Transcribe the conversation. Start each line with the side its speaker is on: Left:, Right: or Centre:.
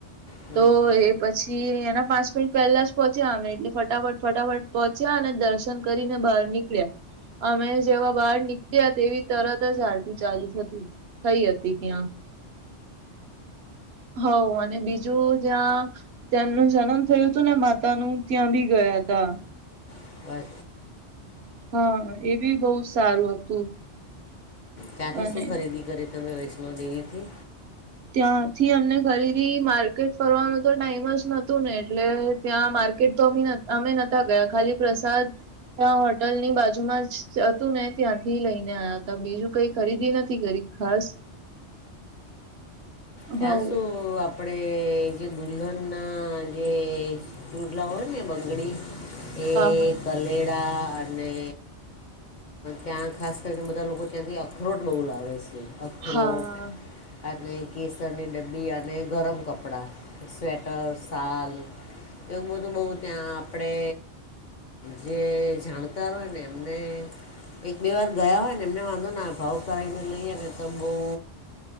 Left: હં
Right: તો
Left: હં
Right: એ પછી એના પાંચ મિનિટ પેલા જ પહોંચ્યિ જવાનું, એટલે ફટાફટ-ફટાફટ પહોંચ્યા, અને દર્શન કરીને બહાર નીકળ્યા. અમે જેવા બહાર નીકળ્યા, તેવી તરત જ આરતી ચાલુ થતી હતી. થઈ હતી ત્યાં. હવે, અને બીજું જ્યાં તેમનું જન્મ થયું હતું ને, માતા નું ત્યાં બી ગયા હતા.
Left: અચ્છા
Right: હા, એ બી બોઉ સારું હતું.
Left: ત્યાંથી
Right: અને
Left: શું ખરીદી કરી? તમે વૈષ્ણોદેવીથી.
Right: ત્યાંથી અમને ખરીદી માર્કેટ ફરવાનું તો, ટાઈમ જ નતું ને, એટલે. ત્યાં માર્કેટમાં તો અમે નતા ગયા, ખાલી પ્રસાદ. ત્યાં હોટલની બાજુમાં જ હતું ને, ત્યાંથી લઈને આવ્યા હતા. બીજું કઈ ખરીદી નથી કરી. ખાસ.
Left: ત્યાં
Right: હ હા
Left: શું આપણેે? જે દુલ્હન ના જે રૂડલા હોય ને, બંગડી એ
Right: હા
Left: કલેડા અને ત્યાં ખાસ કરીને, બધા લોકો ત્યાંથી અખરોટ બોઉ લાવે છે. અખરોટ
Right: હા
Left: અને કેસરની ડબ્બી અને ગરમ કપડાં સ્વેટર શાલ એવું બધું બોઉ ત્યાં આપણે જે જાણકાર હોય ને, એમને એક, બે વાર ગયા હોય ને, એમને વાંધો ના આવે, ભાવ કરાવીને લઈએ ને, તો બોઉ